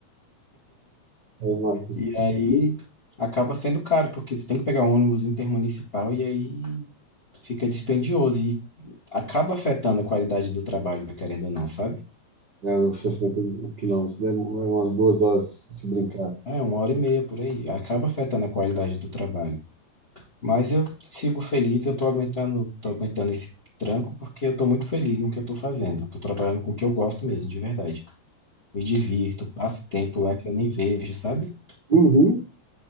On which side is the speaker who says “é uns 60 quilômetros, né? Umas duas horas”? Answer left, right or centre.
Right